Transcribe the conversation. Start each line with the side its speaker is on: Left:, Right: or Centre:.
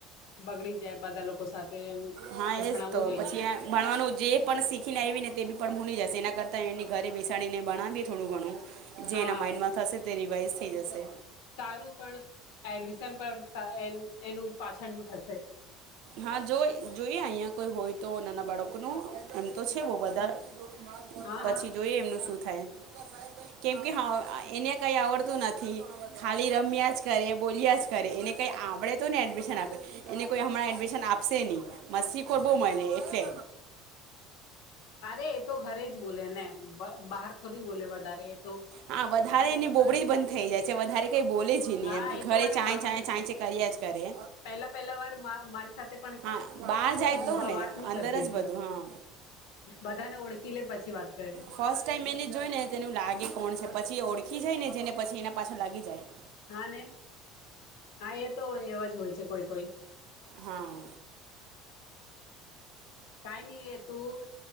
Left: બગડી જાય બધા લોકો સાથે એમ
Right: હા
Left: એ ભણાવવું
Right: એજ તો
Left: જોઈએ
Right: પછી ભણવાનું જે પણ શીખી ને આવી ને તે બી પણ ની જશે એના એ ઘરે બેસાડીને ભણાવીએ થોડું ઘણું જે
Left: હા
Right: એના માઈન્ડમાં થશે તે રિવાઈઝ થઈ જશે.
Left: સારું પણ એડમિશન પણ એનું પાછળ ન થશે.
Right: હા જો જોઈએ અહિયાં કોઈ હોય તો નાના બાળકોનું એમ તો છે બહ બધા
Left: હા
Right: પછી
Left: હા
Right: જોઈએ એમનું શું થાય કેમ કે હા એને કંઈ આવડતું નથી ખાલી રમ્યા જ કરે, બોલ્યા જ કરે, એને કઈ આવડે તો ને એડમિશન આપે એને કોઈ હમણાં એડમિશન આપશે નહી મસ્તી શીખો બહ હોય ને એટલે
Left: અરે એ તો ઘરે જ બોલે ને બહાર થોડી બોલે વધારે તો
Right: હા વધારે એને બોબળી જ બંધ થઈ જાય છે વધારે કઈ બોલે જ નહી
Left: હા
Right: એમ
Left: એ
Right: ઘરે
Left: તો મને
Right: ચા
Left: ખબર
Right: ચ ચા
Left: છે
Right: કર્યા જ કરે
Left: પહેલા પહેલા વાર મારી સાથે પણ
Right: હા બહાર
Left: શું
Right: જાય તો ને
Left: વાત નહી
Right: અંદર
Left: કરતી
Right: જ
Left: હતી
Right: બધું હા
Left: બધાને ઓળખી લે પછી વાત કરે
Right: ફર્સ્ટ ટાઈમ એને જોઈ ને તેનું લાગે કોણ છે પછી એ ઓળખી જાય ને જેને પછી એના પાછા લાગી જાય
Left: હા ને હા એ તો એવા જ હોય છે કોઈ કોઈ-
Right: હા.
Left: કઈ નઈ એ તું